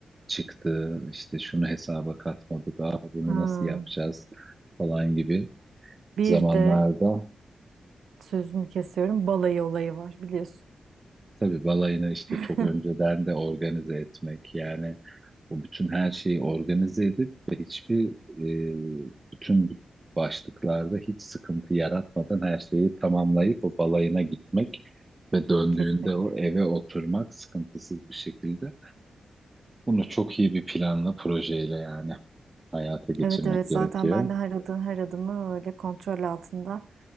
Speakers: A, on the right; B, on the right.
A: çıktığı işte şunu hesaba katmadık, Aa, bunu
B: Ha.
A: nasıl yapacağız falan gibi
B: Bir
A: zamanlarda
B: de sözünü kesiyorum. Balayı olayı var biliyorsun.
A: Tabii balayını işte
B: <laughs>
A: çok önceden de organize etmek yani o bütün her şeyi organize edip ve hiçbir e, bütün bu başlıklarda hiç sıkıntı yaratmadan her şeyi tamamlayıp o balayına gitmek ve döndüğünde
B: Kesinlikle.
A: o eve oturmak sıkıntısız bir şekilde. Bunu çok iyi bir planla projeyle yani hayata geçirmek
B: Evet evet
A: gerekiyor.
B: zaten ben de her adım, her adımı öyle kontrol altında